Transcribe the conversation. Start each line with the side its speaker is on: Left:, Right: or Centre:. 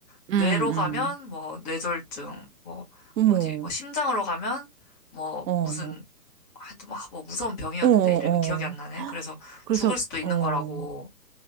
Left: 뇌로
Right: 음,
Left: 가면
Right: 음.
Left: 뭐 뇌졸중 뭐
Right: 어머,
Left: 어디 뭐 심장으로 가면 뭐
Right: 어,
Left: 무슨 하여튼 막뭐 무서운 병이었는데
Right: 어, 어,
Left: 이름이 기억이 안
Right: 어.
Left: 나네. 그래서
Right: 그래서,
Left: 죽을 수도 있는
Right: 어,
Left: 거라고.